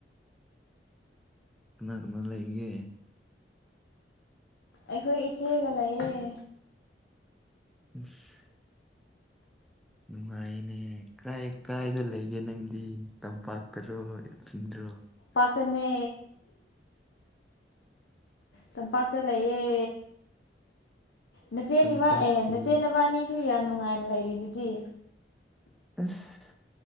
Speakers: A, in the centre; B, on the left.
A: ꯀꯅꯥ ꯀꯅꯥ ꯂꯩꯒꯦ
B: ꯑꯩꯈꯣꯏ ꯏꯆꯦꯒ ꯂꯩꯌꯦ
A: ꯎꯁ ꯅꯨꯡꯉꯥꯏꯅꯦ ꯀꯥꯏ ꯀꯥꯏꯗ ꯂꯩꯒꯦ ꯅꯪꯗꯤ ꯇꯝꯄꯥꯛ ꯇꯔꯣ ꯏꯈꯨꯟꯗꯔꯣ
B: ꯇꯅꯦ ꯇꯝꯄꯥꯛꯇ ꯂꯩꯌꯦ ꯅꯆꯦꯅꯤ
A: ꯇꯝꯄꯥꯛꯀꯤ
B: ꯋꯥꯟ ꯑꯦ ꯅꯆꯦꯅꯕꯥꯅꯤꯁꯨ ꯌꯥꯝ ꯅꯨꯡꯉꯥꯏꯅ ꯂꯩꯔꯤꯗꯨꯗꯤ
A: ꯑꯁ